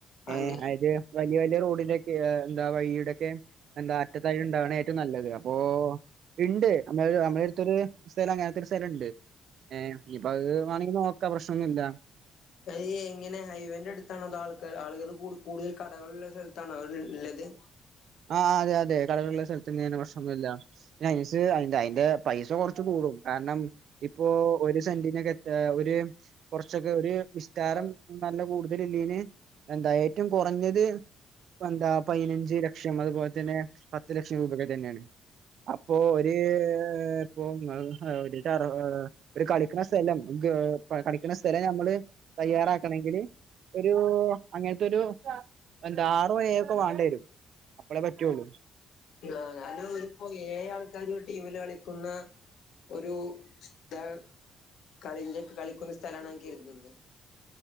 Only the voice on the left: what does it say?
അങ്ങ
ഈ എങ്ങനെ ഹൈവേന്റെ അടുത്താണോ അതോ ആൾക്കാ ആളുകള് കൂ കൂട്തല് കടകളുളള സ്ഥലത്താണോ അത് ഇള്ളത്
ആഹ്
ആഹ് ഞാനും ഒരുപ്പോ ഏഴ് ആൾക്കാര് ഒര് ടീമില് കളിക്കുന്ന ഒരു സ്ഥൽ കളിന്റെ ഒക്കെ കളിക്കുന്ന സ്ഥലാണ് ഞാൻ കരുതുന്നത്